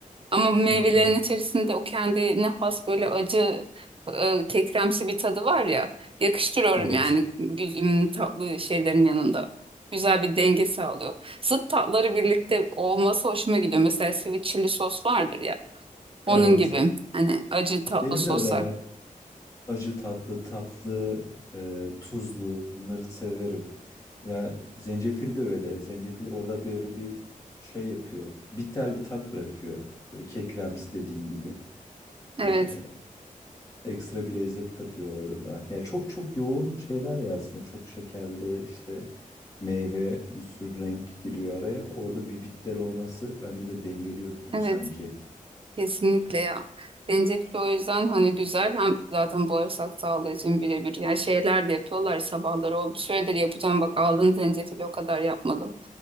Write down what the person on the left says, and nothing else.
Hı hı.
Evet,
evet.
Benim
de öyle ya. Acı tatlı, tatlı, e, tuzlu bunları severim. Ya zencefil de öyle. Zencefil orada böyle bir şey yapıyor. Bitter bir tat bırakıyor. Böyle kekremsi dediğin gibi.
E, ekstra bir lezzet katıyor orada da. Ya çok çok yoğun şeyler ya aslında. Çok şekerli işte meyve bir sürü renk giriyor araya. Orada bir bitter olması bence de dengeliyor durumu
sanki.